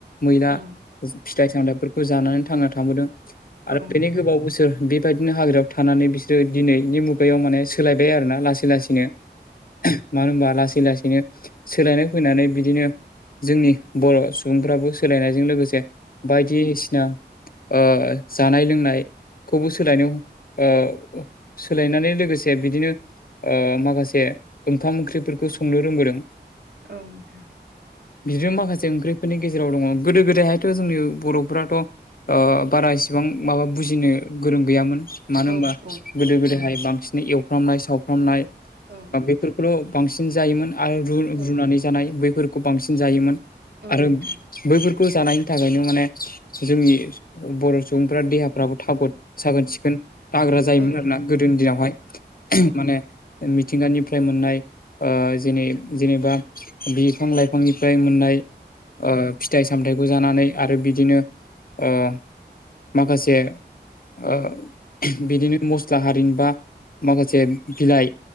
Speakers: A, on the left (about 55°); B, on the right (about 65°).
A: मैला
B: औ
A: फिथाइ सामथाइफोरखौ जानानै थांना थांबोदों आरो
B: औ
A: बेनि
B: नोंथां
A: गोबाव बोसोर बे बायदिनो हाग्रायाव थानानै बिसोरो दिनैनि मुगायाव माने सोलायबाय आरोना लासै लासै लासैनो मानो होनबा लासै लासैनो सोलायनो फैनानै बिदिनो जोंनि बर' सुबुंफ्राबो सोलायनायजों लोगोसे बायदिसिना ओ जानाय लोंनायखौबो सोलायनायाव ओ सोलायनानै लोगोसे बिदिनो ओ माखासे ओंखाम ओंख्रिफोरखौ संनो रोंबोदों
B: औ नोंथां
A: बिदिनो माखासे ओंख्रिफोरनि गेजेराव दङ गोदो गोदायहायथ' जोंनि बर'फोराथ' ओ बारा इसिबां माबा बुजिनो गोरों गैयामोन मानो होनबा
B: औ औ नोंथां औ
A: गोदो गोदायहाय
B: औ
A: बांसिन एवफ्रामनाय सावफ्रामनाय
B: औ
A: बा बेफोर खौल' बांसिन जायोमोन आरो रु
B: औ
A: रुनानै जानाय बैफोरखौ बांसिन जायोमोन
B: औ
A: आरो
B: नोंथां
A: बैफोरखौ जानायनि थाखायनो माने जोंनि बर' सुबुंफ्रा देहाफ्राबो थागद साखोन सिखोन दाग्रा जायोमोन
B: औ
A: आरोना गोदोनि दिनावहाय
B: औ
A: माने मिथिंगानिफ्राय मोननाय ओ जेनै जेनेबा बिफां लाइफांनिफ्राय मोननाय
B: औ
A: ओ फि थाइ सामथाइखौ जानानै आरो बिदिनो ओ माखासे ओ बिदिनो मस्ला हारि बा माखासे बिलाइ